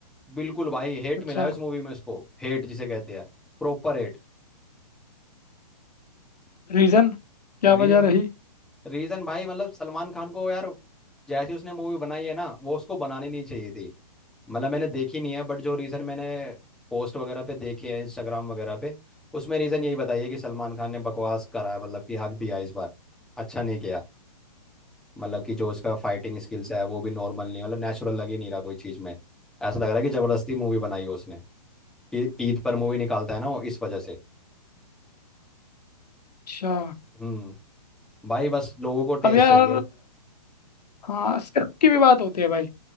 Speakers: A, in the centre; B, on the left.
A: बिल्कुल भाई हेट
B: अच्छा
A: मिला है उस मूवी में उसको हेट जिसे कहते हैं प्रॉपर हेट
B: रीजन क्या
A: रीज
B: वजह रही
A: रीजन भाई मतलब सलमान खान को यार जैसी उसने मूवी बनाई है ना वो उसको बनानी नहीं चाहिए थी मतलब मैंने देखी नहीं है बट जो रीजन मैंने पोस्ट वगैरह पे देखे हैं इंस्टाग्राम वगैरह पे उसमें रीजन यही बताइए कि सलमान खान ने बकवास करा है मतलब कि हक दिया इस बार अच्छा नहीं किया मतलब कि जो उसका फाइटिंग स्किल्स है वो भी नॉर्मल नहीं मतलब नेचुरल लग ही नहीं रहा कोई चीज़ में ऐसा लग रहा है कि जबरदस्ती मूवी बनाई है उसने कि ईद पर मूवी निकालता है ना वो इस वजह से
B: अच्छा
A: हम्म भाई बस लोगों को टेस्ट
B: अब यार
A: चाहिए
B: हाँ स्क्रिप्ट की भी बात होती है भाई